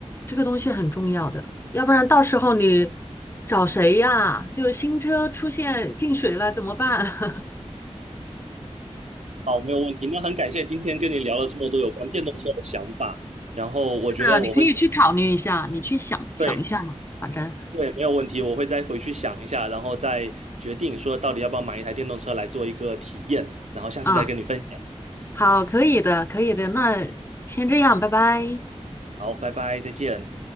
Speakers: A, on the left; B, on the right.
A: 这个东西很重要的，要不然到时候你找谁呀？就是新车出现进水了怎么办？<laughs>
B: 好，没有问题。那很感谢今天跟你聊了这么多有关电动车的想法，然后我觉得我会，
A: 是的，你可以去考虑一下，你去想想一下嘛，
B: 对
A: 反正，
B: 对，没有问题，我会再回去想一下，然后再决定说到底要不要买一台电动车来做一个体验，然后下次再跟你分享。
A: 嗯，好，可以的，可以的，那先这样，拜拜。
B: 好，拜拜，再见。